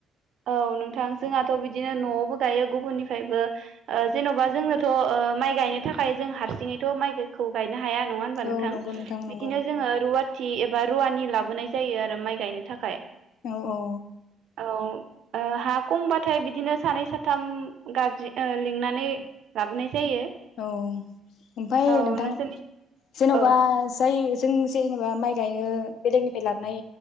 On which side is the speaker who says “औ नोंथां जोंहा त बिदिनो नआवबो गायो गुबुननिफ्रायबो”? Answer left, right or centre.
Right